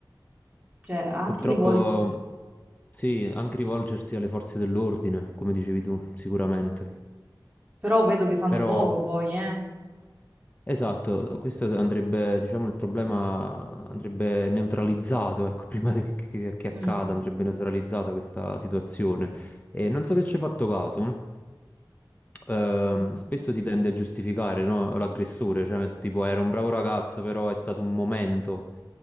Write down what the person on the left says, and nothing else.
Purtroppo
sì, anche rivolgersi alle forze dell'ordine, come dicevi tu, sicuramente.
Però
Esatto, questo andrebbe, diciamo, il problema andrebbe neutralizzato, ecco, <laughs> prima che, che- che accada,
andrebbe neutralizzata questa situazione. E non so se ci hai fatto caso, ehm,
spesso si tende a giustificare, no, l'aggressore, cioè tipo era un bravo ragazzo, però è stato un momento,